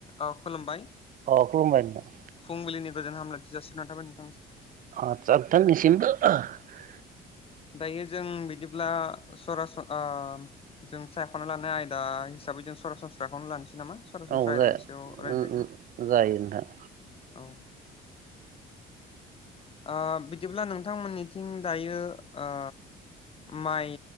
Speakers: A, on the left; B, on the right.
A: औ खुलुमबाय ।
B: अ खुलुमबाय नोंथां।
A: फुंबिलिनि गोजोन हामलायथि जासिनाय थाबाय नों
B: आ <unintelligible> निसिम <unintelligible>
A: दायो जों बिदिब्ला सरासन ओ जों सायख'ना लानाय आयदा हिसाबै जों सरासनस्राखौनो लानोसै नामा सरासनस्रा
B: औ <unintelligible>
A: आयदानि सायाव रायज्लायगोन
B: उम-उम जायो नोंथां
A: औ ओ बिदिब्ला नोंथांमोननिथिं दायो ओ माइ